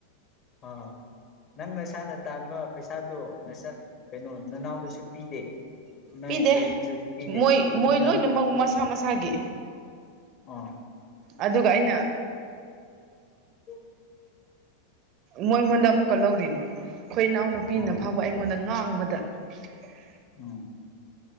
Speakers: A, on the left (about 30°); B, on the right (about 35°).
A: ꯑꯥ ꯅꯪ ꯅꯁꯥꯅ ꯇꯥꯟꯕ ꯄꯩꯁꯥꯗꯣ ꯅꯁꯥ ꯀꯩꯅꯣ ꯅꯅꯥꯎꯗꯁꯨ ꯄꯤꯗꯦ ꯅꯣꯏ
B: ꯄꯤꯗꯦ
A: ꯄꯦꯔꯦꯟꯁꯇꯁꯨ ꯄꯤꯗꯦ
B: ꯃꯣꯏ
A: ꯑꯗꯨ
B: ꯃꯣꯏ
A: ꯅꯪ
B: ꯂꯣꯏꯅꯃꯛꯪ ꯃꯁꯥ ꯃꯁꯥꯒꯤ
A: ꯑꯥ
B: ꯑꯗꯨꯒ ꯑꯩꯅ
A: ꯎꯝ
B: ꯃꯣꯏꯉꯣꯟꯗ ꯑꯃꯨꯛꯀ ꯂꯧꯔꯤꯅꯦ. ꯑꯩꯈꯣꯏ ꯏꯅꯥꯎꯅꯨꯄꯤꯅ
A: ꯑꯥ
B: ꯐꯥꯎꯕ ꯑꯩꯉꯣꯟꯗ ꯉꯥꯡꯕꯗ <unintelligible>
A: ꯎꯝ